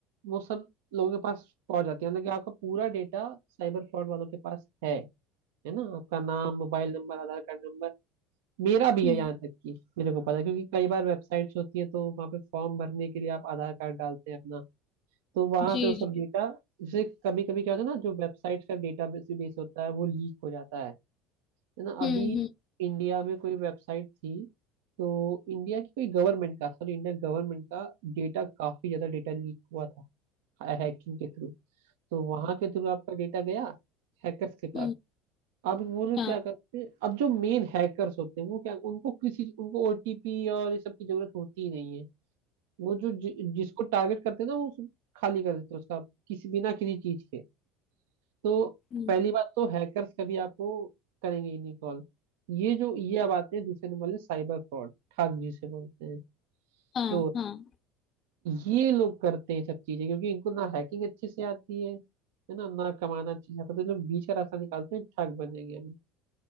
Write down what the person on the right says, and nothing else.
वो सब लोगों के पास पहुंच जाती है मतलब कि आपका पूरा डेटा साइबर फ्रॉड वालों के पास है है ना आपका नाम mobile number Aadhaar card number मेरा भी
है यहाँ तक कि मेरे को पता है, क्योंकि कई बार वेबसाइट्स होती है तो वहाँ पे फॉर्म भरने के लिए आप आधार कार्ड डालते हैं अपना तो वहां
से वो सब
डेटा जैसे कभी कभी क्या होता है ना जो वेबसाइट का डेटा बेस होता है वो लीक हो जाता है है ना अभी
इंडिया में कोई वेबसाइट थी तो इंडिया की कोई गवर्नमेंट का सॉरी इंडिया गवर्नमेंट का डेटा काफी ज्यादा डेटा लीक हुआ था हैकिंग के थ्रू तो वहां के थ्रू आपका डेटा गया हैकर्स के
पास अब वो लोग
क्या करते हैं अब जो मेन हैकर्स होते हैं वो क्या उनको किसी उनको ओटीपी और ये सब की जरूरत होती ही नहीं है वो जो जि, जिसको टारगेट करते हैं ना वो उस- खाली कर देते हैं उसका किसी बिना किसी चीज के तो
पहली बात तो हैकर्स कभी आपको करेंगे ही नहीं कॉल ये जो ये अब आते हैं दूसरे नंबर में साइबर फ्रॉड ठग जिसे बोलते हैं
तो
ये लोग करते हैं सब चीजें क्योंकि इनको ना हैकिंग अच्छे से आती है है ना ना कमाना अच्छे से आता है तो ये लोग बीच का रास्ता निकालते हैं ठग बनेंगे हम